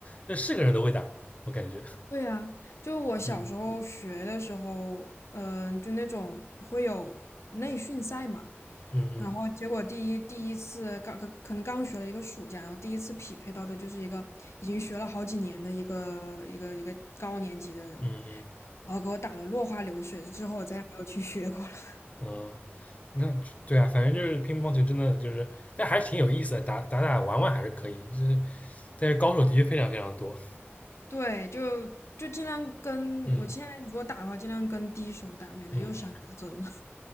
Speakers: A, on the left; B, on the left.
A: 那是个人都会打，我感觉。
B: 对呀，就我小时候学的时候，
A: 嗯
B: 嗯、就那种会有内训赛嘛，
A: 嗯
B: 然后结果第一第一次刚可可能刚学了一个暑假，然后第一次匹配到的就是一个已经学了好几年的一个一个一个高年级的人，
A: 嗯嗯
B: 然后给我打得落花流水，之后我再也没有去学过了。<laughs>
A: 嗯嗯，那对啊，反正就是乒乓球真的就是，但还是挺有意思的，打打打玩玩还是可以，就是但是高手的确非常非常多。
B: 对，就就尽量跟我尽量如果打的话，
A: 嗯
B: 尽量跟低手打，免得又伤自尊了。
A: 嗯，